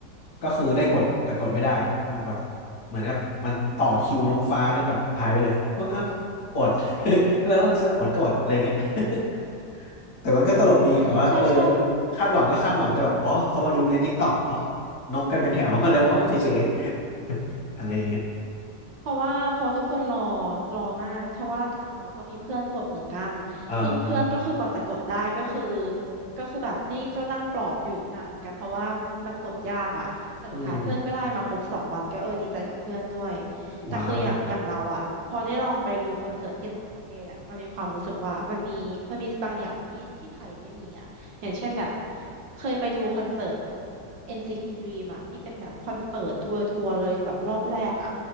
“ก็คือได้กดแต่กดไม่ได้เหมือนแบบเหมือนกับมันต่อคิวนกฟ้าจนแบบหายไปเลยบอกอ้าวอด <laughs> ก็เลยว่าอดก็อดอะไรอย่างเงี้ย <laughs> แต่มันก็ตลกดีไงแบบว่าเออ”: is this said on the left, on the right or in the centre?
Left